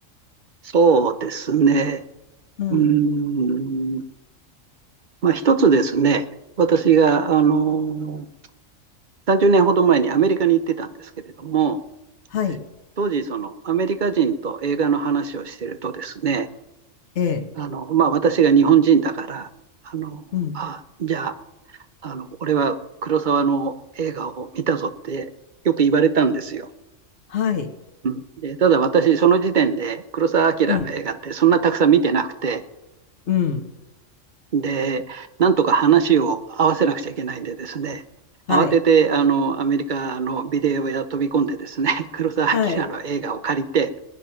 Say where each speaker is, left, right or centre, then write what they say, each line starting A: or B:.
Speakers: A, on the right (about 45°); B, on the left (about 60°).
A: そうですね。
B: うん、
A: うーん、まあ一つですね、私が、あのー、30年ほど前にアメリカに行ってたんですけれども、
B: はい、
A: 当時、そのアメリカ人と映画の話をしてるとですね、
B: ええ、
A: あの、まあ私が日本人だから、あの、
B: うん、
A: あ、じゃあ、あの、俺は黒沢の映画を見たぞってよく言われたんですよ。
B: はい、
A: うんで、ただ私、その時点で黒澤明の映画ってそんなたくさん見てなくて、
B: うん、うん、
A: で、なんとか話を合わせなくちゃいけないんでですね、
B: はい、
A: 慌ててあのアメリカのビデオ屋飛び込んでですね、<laughs> 黒澤明の映画を借りて、
B: はい、